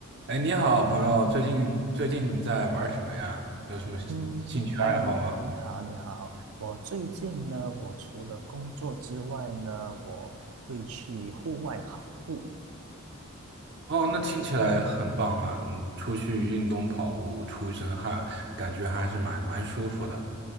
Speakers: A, on the right; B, on the right.
A: 哎，你好，朋友，最近最近你在玩什么呀？有什么兴趣爱好吗？
B: 嗯，嗨，你你好，你好。我最近呢，我除了工作之外呢，我会去户外跑步。
A: 哦，那听起来很棒啊！嗯出去运动跑步，出一身汗，感觉还是蛮蛮舒服的。